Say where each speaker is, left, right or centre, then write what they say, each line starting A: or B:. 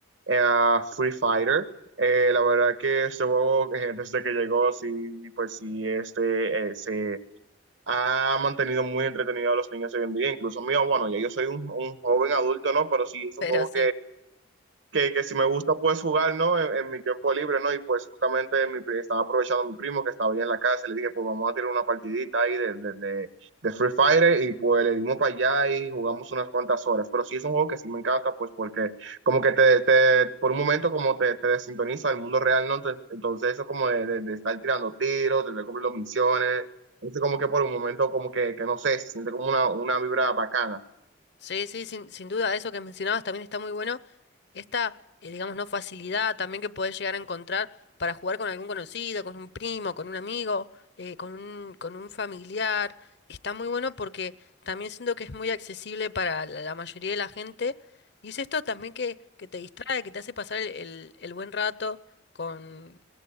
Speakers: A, on the right (about 70°); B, on the left (about 60°).
A: eh, Free Fighter. Eh, la verdad que este juego, eh, <laughs> desde que llegó, sí, pues sí, este, eh, se ha mantenido muy entretenido a los niños hoy en día. Incluso mío, bueno, ya yo soy un, un joven adulto, ¿no? Pero sí, es
B: Pero
A: un juego
B: sí.
A: que, que si me gusta pues jugar, ¿no? En, en mi tiempo libre, ¿no? Y pues justamente mi, pri- estaba aprovechando a mi primo que estaba ahí en la casa, le dije, pues vamos a tirar una partidita ahí de, de, de, de Free Fire y pues le dimos para allá y jugamos unas cuantas horas. Pero sí es un juego que sí me encanta, pues porque como que te, te por un momento como te, te desintoniza del mundo real, ¿no? Entonces, entonces eso como de, de- de estar tirando tiros, de estar cumpliendo misiones, entonces como que por un momento como que, que no sé, se siente como una, una vibra bacana.
B: Sí, sí, sin, sin duda, eso que mencionabas también está muy bueno. Esta, eh, digamos, no facilidad también que podés llegar a encontrar para jugar con algún conocido, con un primo, con un amigo, eh, con un, con un familiar. Está muy bueno porque también siento que es muy accesible para la, la mayoría de la gente. Y es esto también que, que te distrae, que te hace pasar el, el- el buen rato con,